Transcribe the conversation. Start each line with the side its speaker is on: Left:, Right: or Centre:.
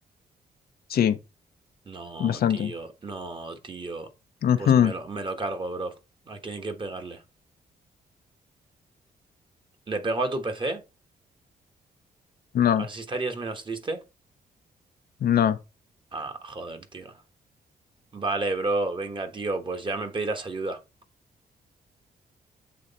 Left: Sí,
Right: No,
Left: bastante.
Right: tío. No, tío.
Left: Ujú,
Right: Pues me lo, me lo cargo, bro. ¿A quién hay que pegarle? ¿Le pego a tu PC?
Left: No,
Right: ¿Así estarías menos triste?
Left: no.
Right: Ah, joder, tío. Vale, bro, venga, tío, pues ya me pedirás ayuda.